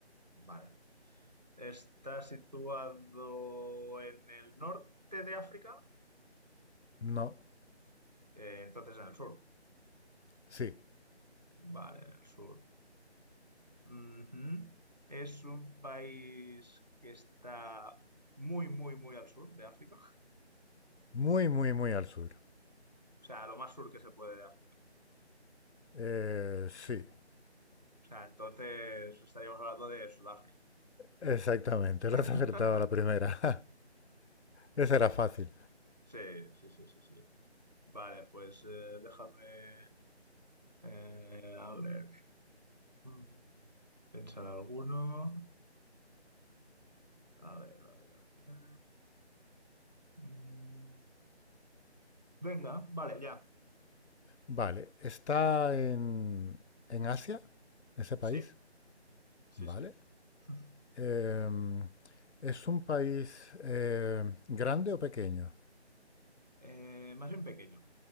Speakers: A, on the right (about 40°); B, on the left (about 75°).
A: Vale. Está situado en el norte de África,
B: no,
A: Eh, entonces en el sur.
B: sí.
A: Vale, en el sur. Ujú. Es un país que está muy, muy, muy al sur de África. O
B: Muy, muy, muy al sur.
A: sea, lo más sur que se puede de África.
B: Eh, sí,
A: O sea, entonces estaríamos hablando de Sudáfrica.
B: exactamente.
A: <laughs>
B: Lo has acertado a la primera. <laughs> Esa era fácil.
A: Sí, sí, sí, sí, sí. Vale, pues eh, déjame eh, a ver. Mm, Pensar alguno. A ver, a ver, a ver. Mm, Venga, vale, ya.
B: Vale, ¿está en, en Asia, ese país?
A: Sí, sí,
B: Vale.
A: sí. <laughs>
B: Em, ¿es un país eh, grande o pequeño?
A: Eh, más bien pequeño.